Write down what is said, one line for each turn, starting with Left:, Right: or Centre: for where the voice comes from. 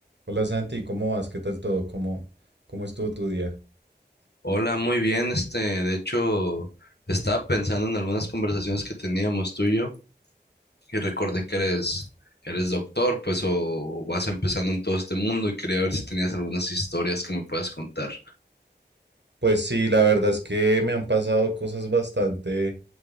Right: Hola Santi, ¿cómo vas? ¿Qué tal todo? ¿Cómo, cómo estuvo tu día?
Left: Hola, muy bien. Este, de hecho, estaba pensando en algunas conversaciones que teníamos tú y yo y recordé que eres, que eres doctor, pues, o vas empezando en todo este mundo y quería ver si tenías algunas historias que me puedas contar.
Right: Pues sí, la verdad es que me han pasado cosas bastante